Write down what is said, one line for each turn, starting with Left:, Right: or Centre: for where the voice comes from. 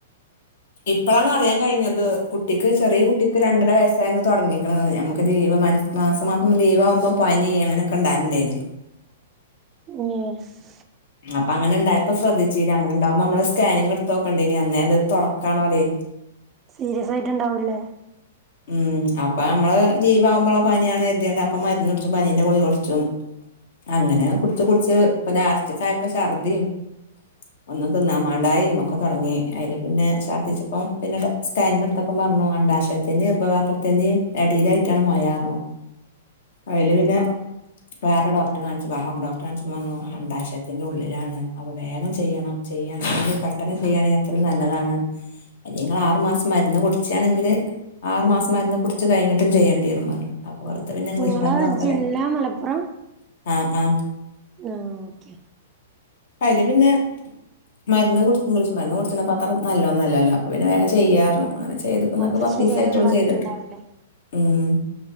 Left: ഇപ്പോളാണ് അറിയാൻ കഴിഞ്ഞത് കുട്ടിക്ക് ചെറിയ കുട്ടിക്ക് രണ്ടര വയസ്സായിന്നു തുടങ്ങിക്കണ് ഞമുക്ക് ദൈവ മനസി മാസമാസം ലീവ് ആകുമ്പോ പനി അങ്ങനെയൊക്കെ ഉണ്ടായിതേന്
Right: യേസ്.
Left: അപ്പൊ അങ്ങനെ ഉണ്ടായപ്പോ ശ്രദ്ധിച്ചീല്ല അന ഉണ്ടാവുമ്പോ നമ്മള് സ്കാനിങ് എടുത്ത്തോക്കണ്ടേ ഇനി അന്നേ അത് തുടക്കാണോല്ലേ...
Right: സീരിയസ് ആയിട്ടുണ്ടാവൂല്ലേ?
Left: ഉം അപ്പൊ നമ്മള് ലീവ്മ്പോള്ള പനിയാണ് എത്യ്യാന അപ്പൊ മരുന്ന്കുടിച്ചും പനീന്റെ കുളി കുടിച്ചും അങ്ങനെ കുട്ച്ച് കുട്ച്ച് ഇപ്പ ലാസ്റ്റക് അയപ്പോ ഛർദിയും ഒന്നും തിന്നാ മാണ്ടായും ഒക്കെ തുടങ്ങി അതില് പിന്നെ ഛർദിച്ചപ്പം പിന്നെ സ്കാനിങ് എടുത്തപ്പം പറഞ്ഞു അണ്ടാശയ ത്തിന്റെ ഗർഭപാത്രത്തിന്റെയും അടയിലായിട്ടാണ് മൊയാർന്ന് അയില് പിന്നെ
Right: ആഹ്
Left: വേറെ ഡോക്ടർ കാണിച്ചു വഹാബ് ഡോക്ടർ കാണിച്ചപ്പോ പറഞ്ഞു അണ്ഡാശയത്തിന്റെ ഉള്ളിലാണ് അത് വേഗം ചെയ്യണം ചെയ്യാണെങ്കി പെട്ടന്ന് ചെയ്യാണെങ്കി അത്രേം നല്ലതാണ് അല്ലങ്കി ങ്ങള് ആറ് മാസം മരുന്ന് കുടിച്ചാണെങ്കില് ആറു മാസം മരുന്ന് കുടിച്ച് കഴിഞ്ഞിട്ടും ചെയ്യേണ്ടി വരൂന്നാല്ലോ? അപ് പൊറത്ത് പിന്നെ ഇംഗ്ലീഷ്മര്ന്ന്
Right: നിങ്ങളെ
Left: അത്രയും
Right: ജില്ല മലപ്പുറം
Left: ആഹ് ആ
Right: ആഹ് ഓക്കേ
Left: അയതി പിന്നെ മരുന്ന് കുടി ഇംഗ്ലീഷ് മരുന്ന് കുട്ച്ച്ർന്നപ്പം അത്രനല്ല ഒന്നും അല്ലാല്ലോ അപ്പ പിന്നെ വേഗം ചെയ്യാർന്ന് അങ്ങനെ ചെയ്തിപ്പം ഇന്നക്ക്
Right: ഓപ്പറേഷൻ
Left: പത്തീസം
Right: ചെയ്ത്
Left: ആയിട്ടോളൂ
Right: ഒഴിവാക്കിയിട്ടുണ്ടാവില്ലേ
Left: ചെയ്തിട്ട് ഉം